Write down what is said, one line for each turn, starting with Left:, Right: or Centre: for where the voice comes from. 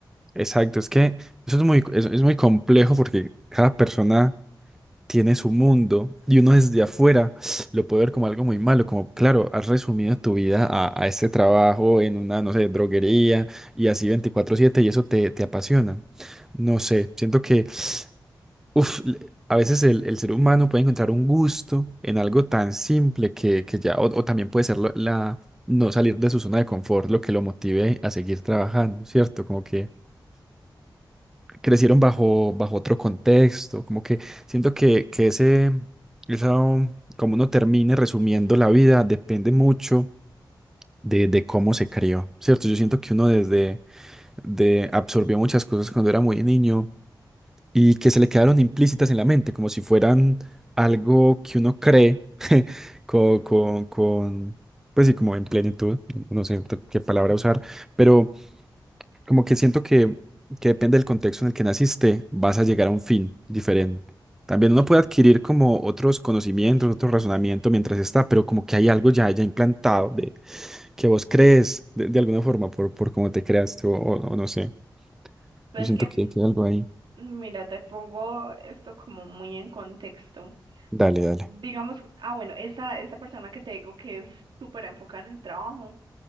Centre: Exacto. Es que eso es muy, es es muy complejo porque cada persona tiene su mundo y uno desde afuera lo puede ver como algo muy malo, como claro, has resumido tu vida a, a ese trabajo en una, no sé, droguería y así 24/7 y eso te, te apasiona. No sé, siento que uf, le- a veces el, el ser humano puede encontrar un gusto en algo tan simple que, que ya, o, o también puede ser la, la- no salir de su zona de confort lo que lo motive a seguir trabajando, ¿cierto? Como que crecieron bajo, bajo otro contexto, como que siento que, que ese, esa, um, como uno termine resumiendo la vida, depende mucho de, de cómo se crió, ¿cierto? Yo siento que uno desde, de, absorbió muchas cosas cuando era muy niño y que se le quedaron implícitas en la mente, como si fueran algo que uno cree <laughs> con, con, con pues sí, como en plenitud, no sé qué palabra usar, pero como que siento que, que depende del contexto en el que naciste, vas a llegar a un fin diferente. También uno puede adquirir como otros conocimientos, otro razonamiento mientras está, pero como que hay algo ya, ya implantado de que vos crees de, de alguna forma por, por cómo te creaste o, o- o no sé.
Right: Pues
Centre: Yo siento
Right: que,
Centre: que, que hay algo ahí.
Right: mira, te pongo esto como muy en contexto.
Centre: Dale, dale.
Right: Digamos, ah, bueno, esta, esta persona que te digo que es súper enfocada en el trabajo,